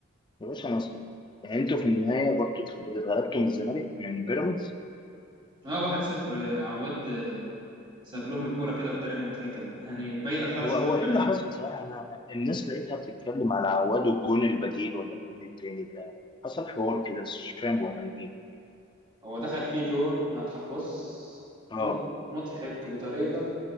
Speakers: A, on the left; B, on the right.
A: يا باشا نصيب يعني انتوا في النهايه برضه اتغلبتوا من الزمالك من بيراميدز
B: اه 1-0 عواد آه، ساب لهم الكوره كده بطريقه مضحكه يعني باينه خلاص
A: هو هو
B: انه
A: ايه
B: كان
A: اللي حصل صحيح انا الناس لقيتها بتتكلم على عواد والجون البديل ولا الجون التاني ده حصل حوار كده بس مش فاهم هو عن ايه
B: هو دخل فيه جون ما تح- بص
A: اه
B: مض- مضحك بطريقه